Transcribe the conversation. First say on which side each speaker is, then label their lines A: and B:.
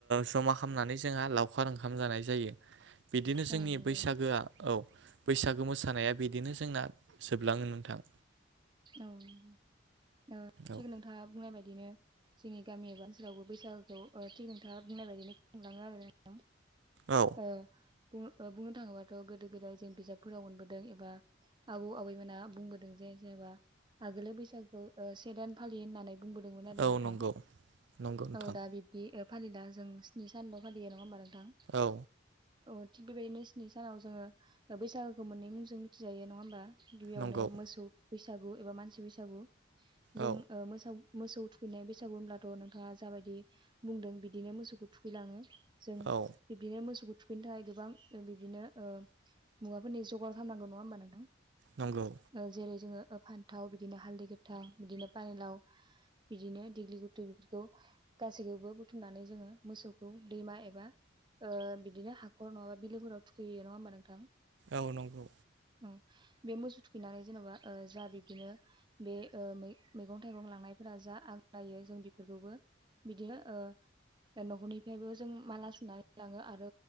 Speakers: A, on the right (about 65°); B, on the right (about 25°).
A: जमा खालामनानै जोंहा लावखार ओंखाम जानाय जायो। बिदिनो
B: औ
A: जोंनि
B: नंगौ
A: बैसागोआ औ बैसागु मोसानाया बिदिनो जोंना जोबलाङो नोंथां।
B: औ औ
A: औ
B: थिग नोंथाङा बुंनाय बायदिनो जोंनि गामि एबा ओनसोलावबो बैसागोखौ ओ थि नोंथाङा बुंनाय बायदिनो खुंलाङो आरो ना नोंथां।
A: औ
B: ओ बुंन बुंनो थाङोबाथ' गोदो गोदाय जों बिजाबफोराव मोनबोदों एबा आबौ आबैमोना बुंबोदों जेनबा आगोलनि बैसागुखौ ओ से दान फालियो होननानै बुंबोदोंमोन आरो
A: औ
B: नोंथां
A: नंगौ नंगौ नोंथां
B: औ दा बिब्दि फालिला जों स्नि सानल' फालियो नङा होमबा नोंथां?
A: औ
B: औ थिग बेबायदिनो स्नि सानाव जोङो बैसागोखौ मोननै मुंजों मिथिजायो नङा होमबा? गिबियावनो
A: नंगौ
B: मोसौ बैसागु एबा मानसि बैसागु जों
A: औ
B: ओ मोसौ मोसौ थुखैनाय बैसागु होनब्लाथ' नोंथाङा जाबायदि बुंदों बिदिनो मोसौखौ थुखैलाङो। जों
A: औ
B: बे मोसौखौ थुखैनो थाखाय गोबां बिदिनो ओ मुवाफोरनि जगार खालामनांगौ नङा होमबा नोंथां?
A: नंगौ
B: ओ जेरै जोङो ओ फान्थाव बिदिनो हालदै गोथां बिदिनो पानिलाव बिदिनो दिग्लिगुति बेफोरखौ गासैखौबो बुथुमनानै जोङो मोसौखौ दैमा एबा ओ बिदिनो हाखर नङाबा बिलोफोराव थुखैयो नङा होमबा नोंथां?
A: औ नोंगौ।
B: औ बे मोसौ थुखैनानै जेनेबा ओ जाहा बिब्दिनो बेयो ओ मैगं थाइगं लांनायफोरा जा आग्लायो जों बेफोरखौबो बिदिनो ओ न'खरनिफ्रायबो जों माला सुनानै लाङो आरो